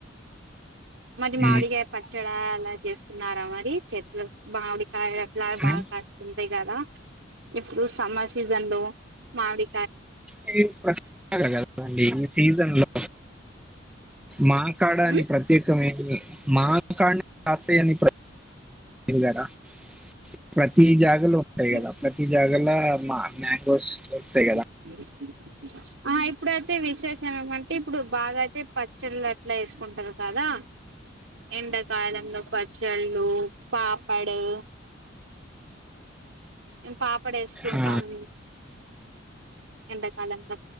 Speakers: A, on the right (about 70°); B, in the centre.
A: మాది మామిడిగాయ
B: ఉమ్.
A: పచ్చడా అలా చేసుకున్నారా మరి చె మావడి కాయలా బగా
B: ఉమ్.
A: కాస్త ంతా కదా ఇప్పుడు సమ్మర్ సీజన్ లో మామిడి
B: ఇది ప్ర కదండి ఈ సీజన్ లో మాకాడ అని
A: ఉమ్,
B: ప్రత్యేకమ మాకాడనే కాస్తాయని గార <inaudible> ప్రతి జాగాలో ఉంటాయి
A: ఉమ్,
B: కదా ప్రతి జాగాలో మా మ్యాంగోస్ దొరుకుతాయి కదా
A: <inaudible> ఆ ఇప్పుడైతే విశేషం ఏమంటే ఇప్పుడు బాగా అయితే పచ్చళ్ళ అట్లా ఏసుకుంటారు కదా ఎండాకాలంలో పచ్చళ్ళు పాపడు మేము పాపడేసుకుంటాము
B: ఆ,
A: ఎంతకాలంలో